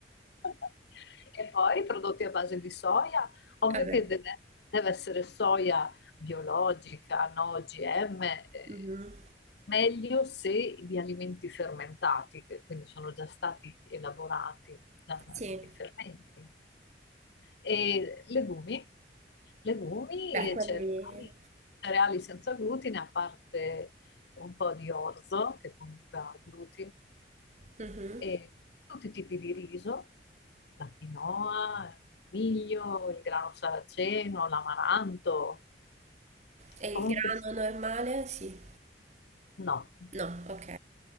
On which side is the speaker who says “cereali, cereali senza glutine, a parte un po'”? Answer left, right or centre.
Left